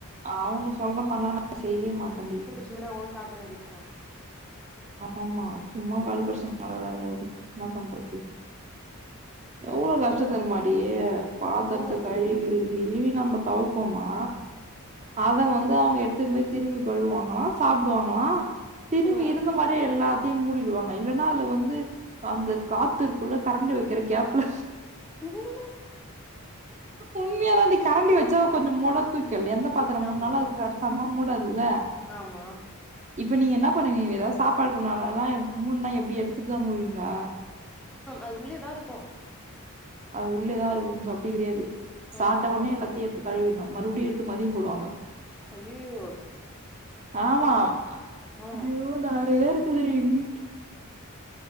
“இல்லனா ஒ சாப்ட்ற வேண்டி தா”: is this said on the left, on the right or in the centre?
Centre